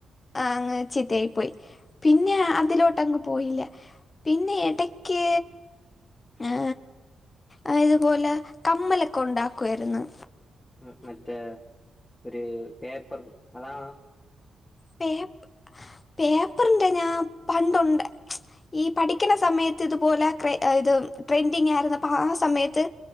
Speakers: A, on the left; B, on the left.
A: ആ അങ്ങനെ ചിത്തയായി പോയി പിന്നെ അതിലോട്ടങ്ങ് പോയില്ല. പിന്നെ എടക്ക് ഏ അത് ഇതുപോലെ കമ്മലൊക്കെ ഒണ്ടാക്കുവാരുന്നു.
B: ഉം മറ്റേ ഒരു പേപ്പർ അതാണ്
A: പേപ്പ്‌ പേപ്പറിന്റെ ഞാ പണ്ടുണ്ട് ഈ പഠിക്ക്‌ണ സമയത്ത് ഇതുപോലെ ക് ഇത് ട്രെൻഡിങ് ആയിരുന്നപ്പപ്പോ ആ സമയത്ത്.